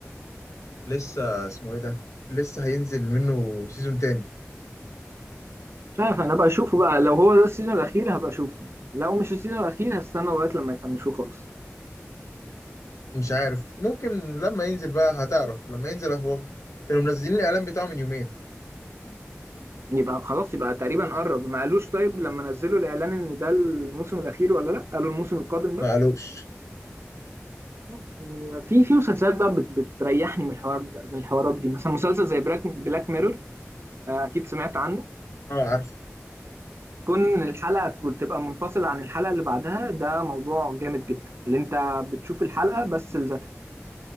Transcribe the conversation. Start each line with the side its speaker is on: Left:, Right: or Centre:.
Left: لسه اسمه ايه ده لسه هينزل منه سيزون تاني
Right: مش عارف انا بقى اشوفه بقى لو هو ده السيزون الاخير هبقى اشوفه لو مش السيزون الاخير هستنى لغايه لما يفنشوه خالص
Left: مش عارف ممكن لما ينزل بقى هتعرف لما ينزل هو كانوا منزلين الاعلان بتاعه من يومين
Right: يبقى خلاص يبقى تقريبا قرب ما قالوش طيب لما نزلوا الاعلان ان ده الموسم الاخير ولا لا قالوا الموسم القادم
Left: لا
Right: بس
Left: ما قالوش
Right: بس يعني في في مسلسلات بقى بت- بتريحني من الحوار ده من الحوارات دي مثلا مسلسل زي بلاك بلاك ميرور اكيد سمعت عنه
Left: اه عارف
Right: كون الحلقة كنت تبقى منفصلة عن الحلقة اللي بعدها ده موضوع جامد جدا اللي انت بتشوف الحلقة بس لذاتها